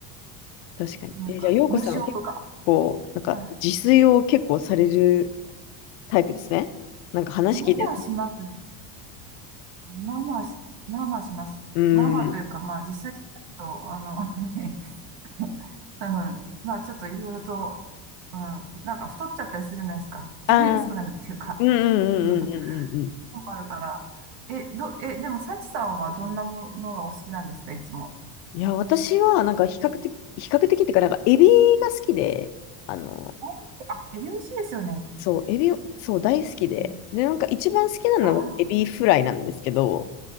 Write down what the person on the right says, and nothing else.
なんか、
藻塩とか。
はい。
まあまあしますね。まあまあし、まあまあします。
まあまあというか、まあ実際しないと、あの、<laughs> はい。まあ、ちょっといろいろと、うん、なんか太っちゃったりするじゃないですか。<laughs> 太りやすくなるっていうか、
うんわかるから。え、ど、え、でも、幸さんはどんなものがお好きなんですか、いつも。
あ、あヘビ虫ですよね。
うん
あ